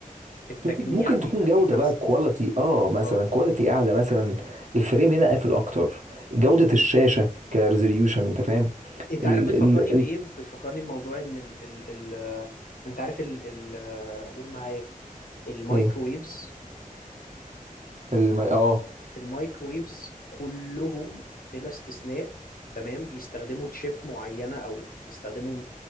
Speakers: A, on the left; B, on the right.
A: في التجميع
B: ممكن
A: بيبقى
B: تكون جودة
A: ايه الاحسن
B: بقى كواليتي اه مثلا
A: اه
B: كواليتي اعلى مثلا الفريم هنا قافل اكتر جودة
A: امم
B: الشاشة كريزوليوشن انت فاهم
A: انت
B: ال
A: عارف بتفكرني
B: ال
A: بايه
B: ال
A: بتفكرني بموضوع ان ال ال ال انت عارف ال ال قول معايا المايكرويفز
B: ايه الم... اه
A: المايكرويفز كلهم بلا استثناء تمام بيستخدموا تشيب معينة أو بيستخدموا